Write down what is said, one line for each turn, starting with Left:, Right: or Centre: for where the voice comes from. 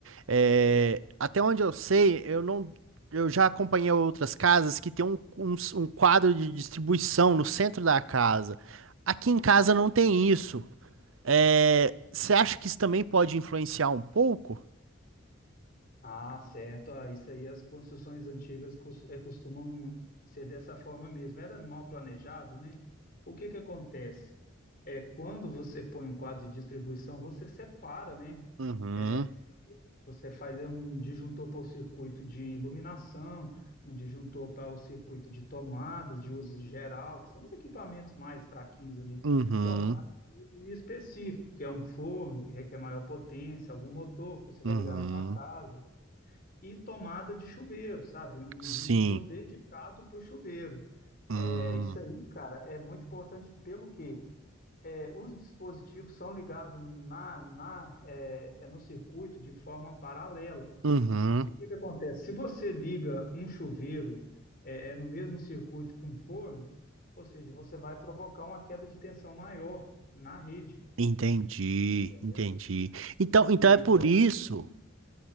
Right: É, até onde eu sei, eu não, eu já acompanhei outras casas que tem um, um um quadro de distribuição no centro da casa. Aqui em casa não tem isso. É, você acha que isso também pode influenciar um pouco?
Left: Ah, certo. Ah, isso aí as construções antigas cos- eh, costumam ser dessa forma mesmo. Era mal planejado, né? O que que acontece? É, quando você põe um quadro de distribuição, você separa, né?
Right: Uhum,
Left: É, circuitos. Você faz é, um disjuntor para o circuito de iluminação, um disjuntor para o circuito de tomadas de uso geral, que são os equipamentos mais fraquinhos ali,
Right: uhum,
Left: tomadas de uso específico, que é um forno que requer maior potência, algum motor que você vai
Right: uhum,
Left: ligar na sua casa, e tomada de chuveiro, sabe? Um
Right: sim.
Left: disjuntor dedicado para o chuveiro.
Right: Hum,
Left: É, isso aí, cara, é muito importante pelo quê? é, os dispositivos são ligados na, na, é, é, no circuito de forma paralela.
Right: Uhum.
Left: O que que acontece? Se você liga um chuveiro é, é no mesmo circuito que um forno, ou seja, você vai provocar uma queda de tensão maior na rede,
Right: Entendi,
Left: entendeu?
Right: entendi. Então,
Left: E,
Right: então é
Left: e
Right: por
Left: pode
Right: isso,
Left: ser